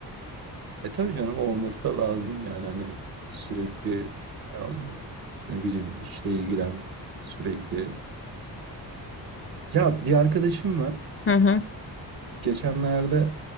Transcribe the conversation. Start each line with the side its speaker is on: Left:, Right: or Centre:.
Right: E tabii canım olması da lazım yani hani sürekli em, ne bileyim işle ilgilen sürekli. Ya bir arkadaşım var.
Left: <laughs> Hı hı.
Right: Geçenlerde